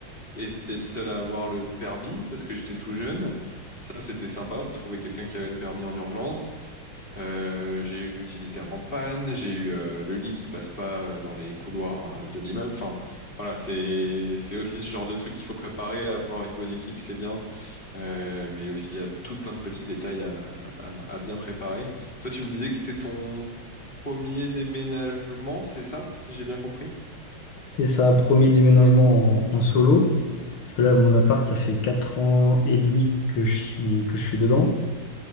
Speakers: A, on the left; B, on the left.
A: et c'était le seul à avoir le permis parce que j'étais tout jeune. Ça, c'était sympa de trouver quelqu'un qui avait le permis en urgence. Euh, j'ai eu l'utilitaire en panne, j'ai eu euh, le lit qui passe pas euh, dans les couloirs euh, de l'immeuble. Enfin, voilà, c'est c'est aussi ce genre de truc qu'il faut préparer. Avoir une bonne équipe, c'est bien. Euh, mais aussi, il y a tout plein de petits détails à, à- à bien préparer. Toi, tu me disais que c'était ton premier déménagement, c'est ça, si j'ai bien compris?
B: C'est ça, premier déménagement en, en solo. Parce que là, mon appart, ça fait 4 ans et demi que je suis, que je suis dedans.